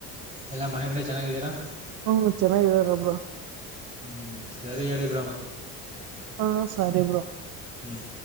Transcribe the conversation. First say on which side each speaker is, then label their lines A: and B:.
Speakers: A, on the right; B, on the right.
A: ಎಲ್ಲಾ ಮನೆ ಕಡೆ ಚೆನ್ನಾಗಿದ್ದೀರಾ...
B: ಹ್ಮ ಚೆನ್ನಾಗಿದಾರ ಬ್ರೋ
A: ಹ್ಮ್, ಸರಿ ಹೇಳಿ ಬ್ರೋ ಮತ್ತೆ,
B: ಹಾ, ಸರಿ ಬ್ರೋ,,
A: ಹ್ಮ್,